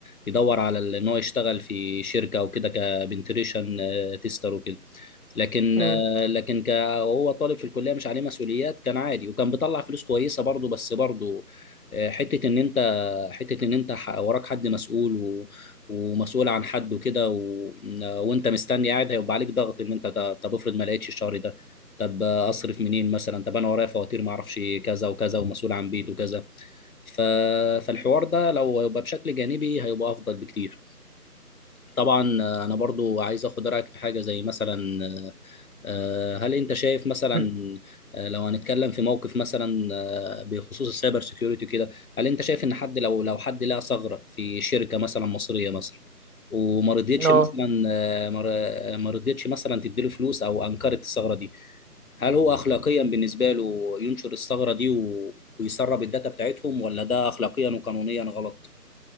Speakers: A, on the left; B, on the right.
A: يدور على ال- ان هو يشتغل في شركه او كده كبنتريشن تيستر وكده لكن
B: مم.
A: آه، لكن ك- وهو طالب في الكليه مش عليه مسؤوليات كان عادي وكان بيطلع فلوس كويسه برضه بس برضه آه، حته ان انت حته ان انت ح- وراك حد مسؤول و ومسؤول عن حد وكده و... وانت مستني قاعد هيبقى عليك ضغط ان انت ده طب افرض ما لقيتش الشهر ده طب آه، اصرف منين مثلا طب انا ورايا فواتير ما اعرفش كذا وكذا ومسؤول عن بيت وكذا ف... فالحوار ده لو هيبقى بشكل جانبي هيبقى افضل بكتير طبعا آه، انا برضو عايز اخد رايك في حاجه زي مثلا آه، هل انت شايف مثلا
B: <clears throat>
A: آه، لو هنتكلم في موقف مثلا آه، بخصوص السايبر سيكيورتي كده هل انت شايف ان حد لو لو حد لقى ثغرة في شركة مثلا مصرية مثلا وما رضيتش
B: اه
A: مثلا آه، ما ر- آه، ما رضيتش مثلا تديله فلوس او انكرت الثغرة دي هل هو اخلاقيا بالنسبة له ينشر الثغرة دي و- ويسرب الداتا بتاعتهم ولا ده اخلاقيا وقانونيا غلط